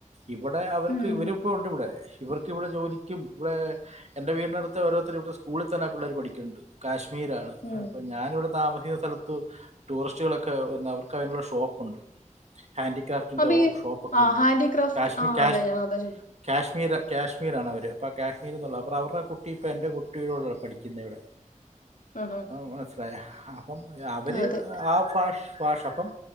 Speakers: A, on the right; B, on the left.
A: ഇവിടെ അവർക്ക്
B: ഉം
A: ഇവരി ഇപ്പോ ഉണ്ട് ഇവിടെ. ഇവർക്ക് ഇവിടെ ജോലിക്കും ഇവിടെ! എന്റെ വീടിനടുത്തു ഓരോരുത്തരു ഇവിടത്തെ സ്കൂളിൽ തന്നെ ആ പിള്ളേരു പഠിക്കുന്നുണ്ട്. കാശ്മീരാണ്.
B: ഉം
A: അപ്പോ ഞാാനിവിടെ താമസിക്കുന്ന സ്ഥലത്തു ടൂറിസ്റ്റുകളൊക്കെ എന്താ പറ! അതിനുള്ള ഷോപ്പുണ്ട്. ഹാൻഡിക്രാഫ്റ്റിന്റെ
B: അപ്പൊ ഈ
A: ഷോപ്പൊക്കെ
B: ആ
A: ഉണ്ട്.
B: ഹാൻഡിക്രാഫ്റ്റ്
A: കാശ്മി
B: ആ
A: കാശ്മ!
B: അതെ ഞാൻ അതാ ചോദിച്ചെ
A: കാശ്മീര് കാശ്മീരാണ് അവർ അപ്പം കാശ്മീരിന്നുള്ളത്. അപ്പോ അവരുടെ കുട്ടി ഇപ്പൊൾ എൻ്റെ കുട്ടിയോടാണ് പഠിക്കുന്നത് ഇവിടെ.
B: ആഹാ
A: മനസിലായി. അപ്പം അവര്
B: അതെ
A: ആ ഭാഷ ഭാഷം! അപ്പം!